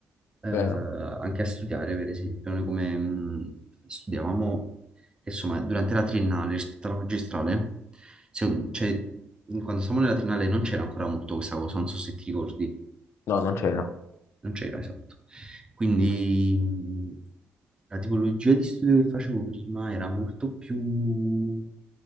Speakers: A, on the right; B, on the left.
A: eh, anche
B: Vero?
A: a studiare, per esempio, noi come mh, studiavamo, insomma, durante la triennale rispetto alla magistrale, se- cioè, quando stavamo nella triennale non c'era ancora molto questa cosa, non so se ti ricordi,
B: No, non c'era.
A: non c'era esatto. Quindi mh, la tipologia di studio che facevo prima era molto più